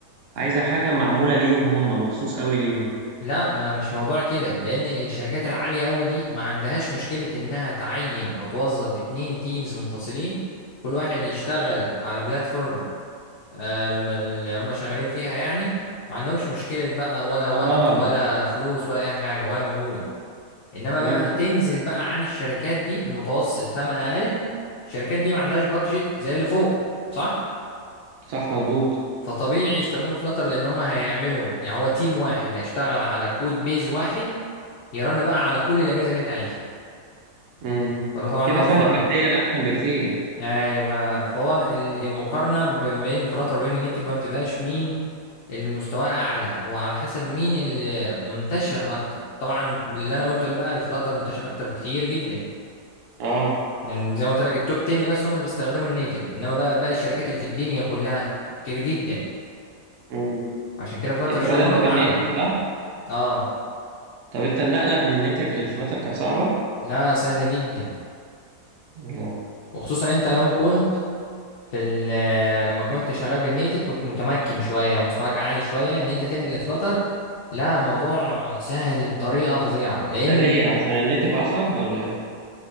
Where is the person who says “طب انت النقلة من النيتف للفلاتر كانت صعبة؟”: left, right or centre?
Right